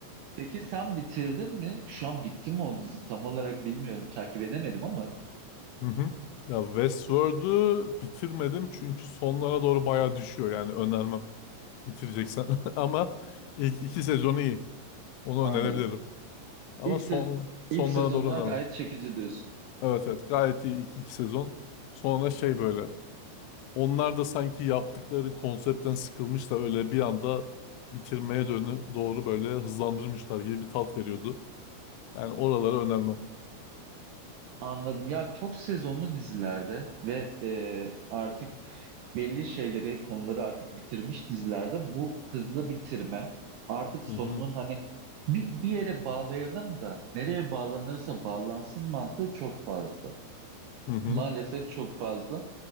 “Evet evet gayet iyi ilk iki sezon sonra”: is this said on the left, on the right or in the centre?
Left